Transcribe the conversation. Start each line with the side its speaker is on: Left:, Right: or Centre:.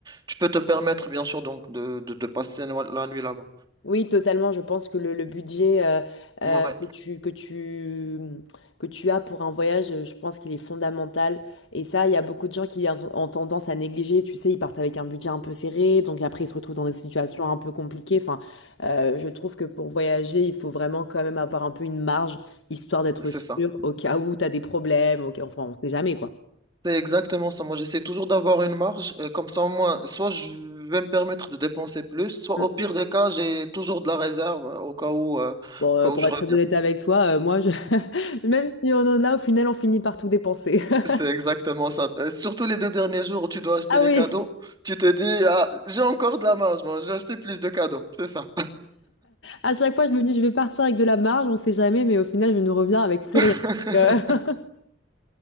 Right: tu peux te permettre bien sûr donc de, de, de passer no- la nuit là-bas.
Left: Oui, totalement. Je pense que le, le budget euh, euh,
Right: Ouais,
Left: que tu, que tu, mmh, que tu as pour un voyage, euh, je pense qu'il est fondamental. Et ça, il y a beaucoup de gens qui en- ont tendance à négliger. Tu sais, ils partent avec un budget un peu serré, donc après, ils se retrouvent dans des situations un peu compliquées. Enfin, euh, je trouve que pour voyager, il faut vraiment quand même avoir un peu une marge, histoire d'être
Right: c'est
Left: sûr
Right: ça.
Left: au cas où tu as des problèmes. au cas- Enfin, on sait jamais, quoi.
Right: C'est exactement ça. Moi, j'essaie toujours d'avoir une marge. euh, comme ça, au moins, soit je vais me permettre de dépenser plus, soit
Left: Mm.
Right: au pire des cas, j'ai toujours de la réserve euh, au cas où, euh,
Left: Bon, euh,
Right: au cas
Left: pour
Right: où je
Left: être
Right: reviens.
Left: très honnête avec toi, euh, moi, je... <laughs> même si on en a, au final, on finit par tout dépenser. <laughs>
Right: C'est exactement ça. Euh, surtout les deux derniers jours où tu dois acheter
Left: Ah
Right: les
Left: oui!
Right: cadeaux, tu te dis, ah, j'ai encore de la marge, moi, j'ai acheté plus de cadeaux. C'est ça.
Left: À chaque fois, je me dis, je vais partir avec de la marge, on sait jamais, mais au final, je ne reviens avec plus rien.
Right: <laughs>
Left: Euh, <laughs>